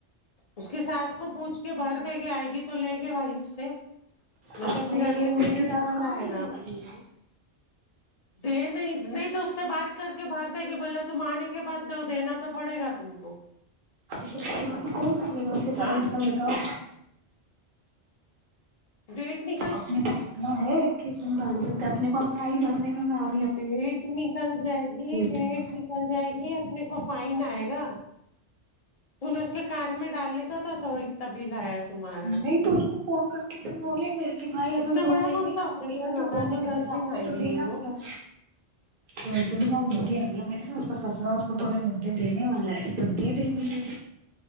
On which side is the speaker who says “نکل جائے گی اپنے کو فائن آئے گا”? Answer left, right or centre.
Left